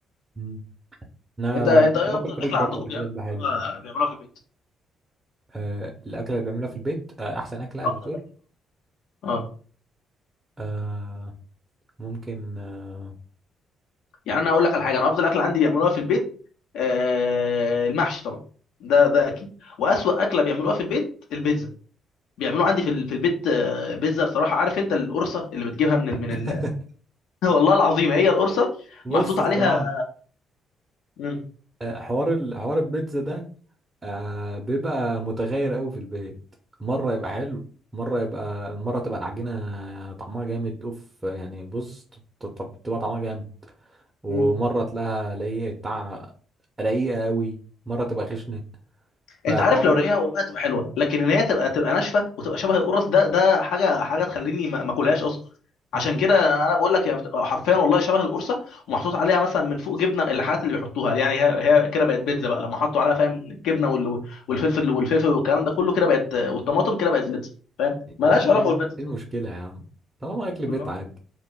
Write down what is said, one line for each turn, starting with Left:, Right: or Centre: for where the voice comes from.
Right: مم. انا
Left: أنت أنت
Right: كنت
Left: إيه
Right: باكل
Left: أفضل
Right: فريك
Left: أكلة
Right: برضه
Left: عندكم
Right: قبل
Left: بيعملوها
Right: كده بيبقى حلو يعني
Left: بيعملوها في البيت
Right: أه الاكله اللي بعملها في البيت أه احسن اكله
Left: أفضل
Right: بتقول
Left: أكلة اه
Right: أه ممكن أه
Left: يعني انا اقول لك على حاجه انا افضل اكله عندي بيعملوها في البيت آه، المحشي طبعا ده ده اكيد واسوأ اكله بيعملوها في البيت البيتزا بيعملوها عندي في ال- في البيت آه، بيتزا بصراحه عارف انت القرصه اللي بتجيبها من ال من
Right: <laughs>
Left: ال <laughs> والله العظيم هي القرصه
Right: بص
Left: محطوط
Right: الصراحه
Left: عليها مم.
Right: أه حوار ال... حوار البيتزا ده أه بيبقى متغير قوي في البيت مره يبقى حلو مره يبقى مره تبقى العجينه طعمها جامد اوف يعني بص ت- ت- تبقى طعمها جامد ومره
Left: مم.
Right: تلاقيها لايقه بتاع رقيقه قوي مره تبقى خشنه فحوار
Left: انت عارف لو رقيقها والله تبقى حلوه لكن ان هي تبقى تبقى ناشفه وتبقى شبه القرص ده ده حاجه حاجه تخليني ما ما اكلهاش اصلا عشان
Right: الأكلة <laughs>
Left: كده
Right: دي
Left: انا بقول لك يعني بتبقى حرفيا والله شبه القرصه ومحطوط عليها مثلا من فوق جبنه الحاجات اللي بيحطوها يعني هي هي كده بقت بيتزا بقى لما حطوا عليها فاهم الجبنه وال- والفلفل والفلفل والكلام ده كله كده بقت والطماطم كده بقت بيتزا فاهم مالهاش
Right: يا عم
Left: علاقه
Right: ايه
Left: بالبيتزا
Right: إيه
Left: بصراحة.
Right: المشكله يا عم طالما اكل بيت
Left: ما-
Right: عادي